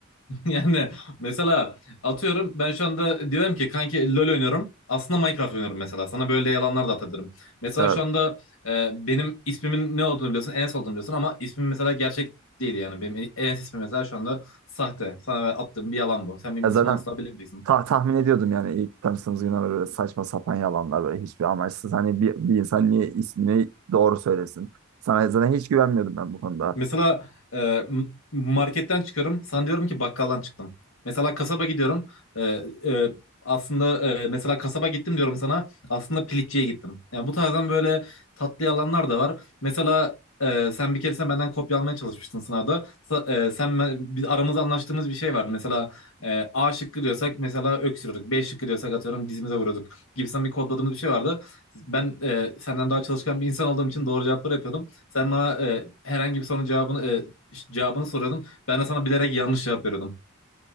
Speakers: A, on the left; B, on the right.
A: <laughs> yani mesela atıyorum ben şu anda diyorum ki kanki LoL oynuyorum aslında Minecraft oynuyorum mesela sana böyle yalanlar da atabilirim. Mesela
B: Evet.
A: şu anda e, benim ismimin ne olduğunu biliyorsun Enes olduğunu biliyorsun ama ismim mesela gerçek değil yani benim Enes ismi mesela şu anda sahte sana attığım bir yalan bu sen benim
B: Ya
A: ismimi
B: zaten
A: asla bilemeyeceksin.
B: ta- tahmin ediyordum yani ilk tanıştığımız günden beri böyle saçma sapan yalanlar böyle hiçbir amaçsız. Hani bir, bir insan niye ismini doğru söylesin? Sana zaten hiç güvenmiyordum ben bu konuda.
A: Mesela e, m- marketten çıkıyorum. Sana diyorum ki bakkaldan çıktım. Mesela kasaba gidiyorum. E, e, aslında e, mesela kasaba gittim diyorum sana. Aslında piliççiye gittim. Yani bu tarzdan böyle tatlı yalanlar da var. Mesela e, sen bir keresinde benden kopya almaya çalışmıştın sınavda. Sa- e, sen ben- biz aramızda anlaştığımız bir şey vardı. Mesela e, A şıkkı diyorsak mesela öksürüyorduk. B şıkkı diyorsak atıyorum dizimize vuruyorduk. Gibisinden bir kodladığımız bir şey vardı. Ben e, senden daha çalışkan bir insan olduğum için doğru cevapları yapıyordum. Sen bana e, herhangi bir sorunun cevabını e, ş- cevabını soruyordun. Ben de sana bilerek yanlış cevap veriyordum.